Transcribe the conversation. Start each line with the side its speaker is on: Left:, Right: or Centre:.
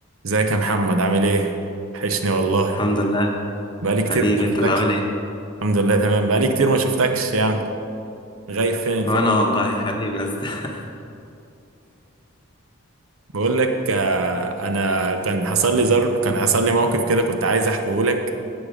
Right: ازيك يا محمد عامل ايه؟ وحشني والله
Left: الحمد لله
Right: بقالي كتير
Left: حبيبي
Right: ما
Left: انت
Right: شفتكش
Left: اللي عامل ايه
Right: الحمد لله تمام بقالي كتير ما شفتكش يعني غايب فين الفترة
Left: وانا والله حبيبي يا اسطى <laughs>
Right: بقول لك آه، انا كان حصل لي زر كان حصل لي موقف كده كنت عايز احكيه لك